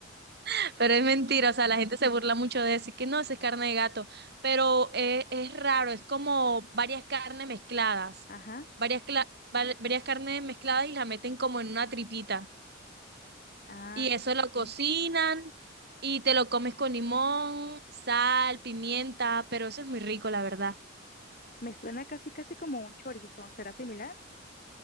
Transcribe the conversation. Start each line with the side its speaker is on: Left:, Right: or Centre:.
Right: <laughs> pero es mentira, o sea, la gente se burla mucho de decir que no, eso es carne de gato, pero eh, es, raro, es como varias carnes mezcladas,
Left: ajá,
Right: varias, cla- val- varias carnes mezcladas y la meten como en una tripita,
Left: ah,
Right: y eso
Left: ok.
Right: lo cocinan y te lo comes con limón, sal, pimienta, pero eso es muy rico, la verdad.
Left: Me suena casi, casi como un chorizo, ¿será similar?